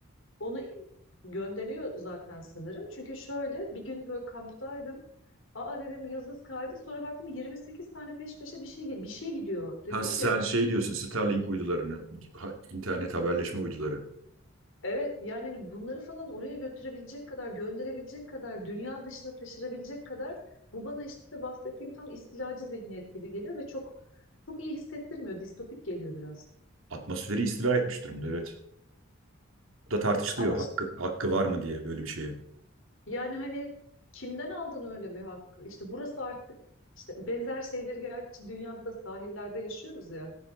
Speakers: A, on the left; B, on the right.
A: onu gönderiyor zaten sanırım. Çünkü şöyle bir gün böyle kamptaydım. Aa dedim yıldız kaydı. Sonra baktım 28 tane peş peşe bir şey bir şey gidiyor. Dedim
B: Ha sen
A: ki
B: şey diyorsun Starlink uydularını, ha- internet haberleşme uyduları.
A: Evet yani hani bunları falan oraya götürebilecek kadar, gönderebilecek kadar, dünya dışına taşırabilecek kadar bu bana işte bahsettiğim tam istilacı zihniyet gibi geliyor ve çok çok iyi hissettirmiyor. Distopik geliyor biraz.
B: Atmosferi istila etmiş durumda evet. Bu da tartışılıyor
A: Ama
B: hakkı,
A: ş-
B: hakkı var mı diye böyle bir şeye.
A: yani hani kimden aldın öyle bir hakkı? İşte burası artık işte benzer şeyleri gerçi dünyada da sahillerde yaşıyoruz ya.